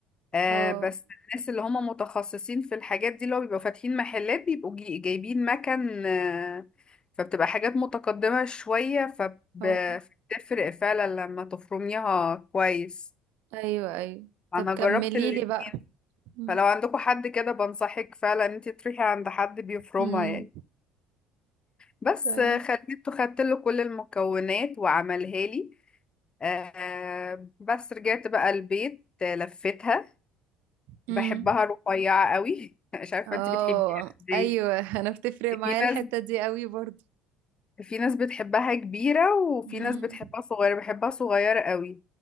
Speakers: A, on the left; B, on the right.
A: آه
B: اه
A: بس الناس اللي هم متخصصين في الحاجات دي اللي هو بيبقوا فاتحين محلات بيبقوا جي- جايبين مكن آه فبتبقى حاجات متقدمة شوية فب-
B: اه
A: فبتفرق فعلا لما تفرميها كويس
B: ايوه ايوه طب
A: انا
B: كمليلي
A: جربت الاتنين
B: بقى مم.
A: فلو عندكم حد كده بنصحك فعلا ان انت تروحي عند حد بيفرمها
B: مم.
A: يعني بس
B: طيب
A: آه، خليته خدت له كل المكونات وعملها لي آه بس رجعت بقى البيت آه، لفيتها
B: مم.
A: بحبها رفيعة قوي <laughs> مش عارفة
B: اه
A: انت بتحبيها ازاي
B: ايوه انا بتفرق معايا
A: في
B: الحتة
A: ناس
B: دي قوي برضو
A: في ناس بتحبها كبيرة وفي
B: مم.
A: ناس بتحبها صغيرة بحبها صغيرة قوي